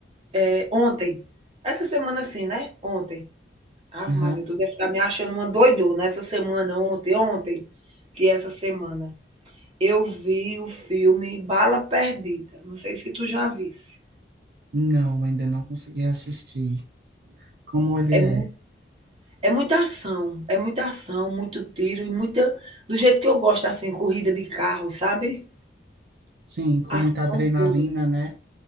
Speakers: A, on the right; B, on the right.
A: É, ontem. Essa semana sim, né? Ontem. Ave
B: Aham.
A: Maria, tu deve estar me achando uma doidona essa semana, ontem, ontem, que é essa semana. Eu vi o filme Bala Perdida, não sei se tu já visse.
B: Não, ainda não consegui assistir. Como ele
A: É
B: é?
A: mu é muita ação, é muita ação, muito tiro e muita do jeito que eu gosto, assim, corrida de carro, sabe.
B: Sim, com
A: Ação
B: muita adrenalina,
A: pura.
B: né?